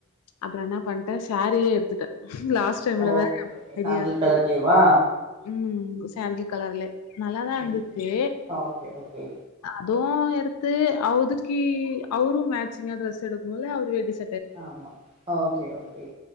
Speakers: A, on the left; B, on the right.
A: அப்றம் என்ன பண்டேன் சேரியே எடுத்துட்டேன் லாஸ்ட் டைம்ல
B: ஓகே
A: வேர
B: ஓகே
A: பிரியா
B: சாண்டல் கலர்லயேவா
A: உம் சாண்டில் கலர்லே நல்லாதான் இருந்துச்சு
B: ம் ஓகே ஓகே
A: அதுவும் இரு து அவதிக்கி அவரு மேக் சிங்க ட்ரெஸ் எடுக்கும்ல்ல அவரு டிஸ்
B: ஆமா ஓகே ஓகே